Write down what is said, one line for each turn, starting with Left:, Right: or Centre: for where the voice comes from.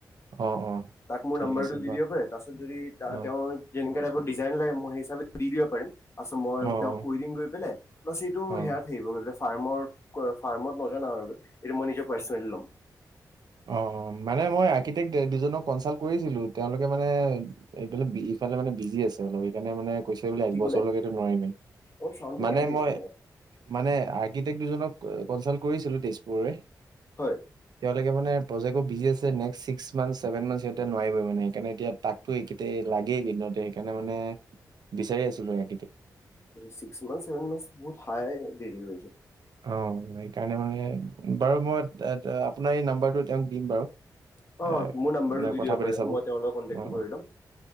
Right: অ', অ',
Left: তাক মোৰ
Right: ঠিক
Left: নাম্বাৰটো
Right: আছে
Left: দি
Right: বাৰু।
Left: দিব পাৰে তাৰপিছত যদি
Right: অ',
Left: তেওঁ যে টাইপৰ ডিজাইন লাগে মই হিচাপে দি দিব পাৰিম তাৰছত মই
Right: অ', অ',
Left: তেওঁক কৈ দিম গৈ পেলাই বাছ এইটো
Right: অ',
Left: সেয়াত থাকিবগৈ ফাৰ্মৰ ফাৰ্মত নজনা আৰু। এইটো মই নিজৰ পাৰ্চনেলি লম।
Right: অ মানে মই আৰ্কিটেক্ট দুজনক কনচাল্ট কৰিছিলো তেওঁলোকে মানে এইবিলাক ইফালে মানে বিজি আছে অলপ সেইকাৰেনে মানে কৈছে বোলে এক
Left: কি
Right: বছৰৰ
Left: ক'লে?
Right: লৈকে টো নোৱাৰিমেই
Left: অলপ চাউণ্ডটো
Right: মানে
Left: কাটি আহিছে
Right: মই মানে গীতেক দুজনক কনচাল্ট কৰিছিলো তেজপুৰৰে
Left: হয়।
Right: তেওঁলোকে‌ মানে প্ৰজেক বোৰ বিজি আছে next six month seven month নোৱাৰিবই মানে সেইকাৰণে তাক টো লাগেই। লাগেই কেইদিনতে সেইকাৰণে মানে বিচাৰি আছিলো আ
Left: চিক্স মন্থ চেভেন মন্থচ টো বহুত হাই দেৰি হৈ যায়।
Right: অ সেইকাৰণে মানে বাৰু মই আপোনাৰ এই নাম্বাৰটো তেওঁক দিম বাৰু।
Left: অ'
Right: এ
Left: মোৰ নাম্বাৰটো
Right: ম
Left: দি
Right: কথা
Left: দিব
Right: পাতি
Left: পাৰে
Right: চাব
Left: মই
Right: অ
Left: তেওঁৰ লগত কণ্টেক্টটো কৰি ল'ম।